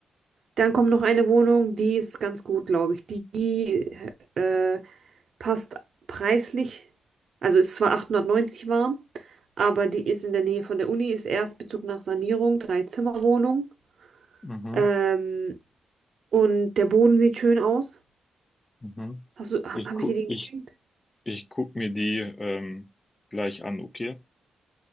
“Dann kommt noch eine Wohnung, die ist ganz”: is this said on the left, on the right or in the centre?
Right